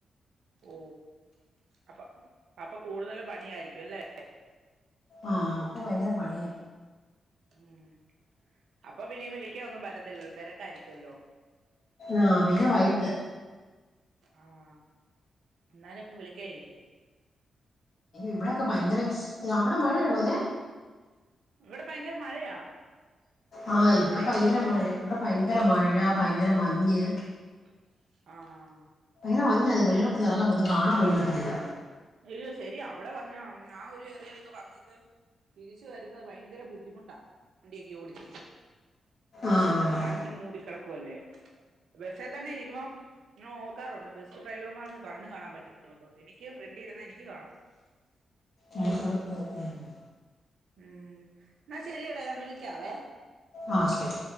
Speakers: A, on the right; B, on the left.
A: ഓ അപ്പൊ അപ്പൊ കൂടുതൽ പണി ആയിരിക്കും അല്ലേ
B: ആഹ അപ്പൊ ഭയങ്കര പണിയ
A: ഉം അപ്പൊ ഇനീ വിളിക്ക ഒന്നും പറ്റത്തില്ലല്ലോ തിരക്ക ആയിരിക്കുമല്ലോ
B: ആഹ പിന്നെ വൈട്ട്
A: ആഹ എന്നാലും വിളിക്കായിരിക്കല്ലെ
B: ഇവിടെക്കെ ഭയങ്കര അവിടെ മഴ ഉണ്ടോന്നെ
A: ഇവിടെ ഭയങ്കര മഴയാ
B: ആഹ് ഇവടെ
A: അവിടെയോ
B: ഭയങ്കര മഴേ ഇവടെ ഭയങ്കര മഴാ ഭയങ്കര മഞ്ഞ്
A: ആഹ
B: ന്നല്ല മഞ്ഞാ വെളിലോട്ടൊന്നെ റങ്ങുമ്പോ ഒന്നും കാണാൻ പോലും പറ്റത്തില്ല
A: അയ്യോ ശരിയാ അവിടെ വന്നാ ആ ഒരു ഏറിയേലൊക്കെ വന്നിട്ട് തിരിച്ചു വരുന്നത് ഭയങ്കര ബുദ്ധിമുട്ടാ വണ്ടിയൊക്കെ ഓടിച്ച്
B: ആഹ്
A: മഞ്ഞ് മൂടി കെടക്കുവല്ലേ ബസ്സേ തന്നെ ഇരിക്കുമ്പം നെ ഓർക്കാറുണ്ട് ബസ് ഡ്രൈവർമാർക്ക് കണ്ണ് കാണാൻ പറ്റുന്നുണ്ടോന്ന് എനിക്ക് ഫ്രണ്ടിരുന്ന എനിക്ക് കാണത്തില്ല
B: ഉം ഉം ഉം ഉം
A: ഉം എന്നാ ശെരിയെടാ ഞാൻ വിളിക്കാവേ
B: ആഹ ശെരി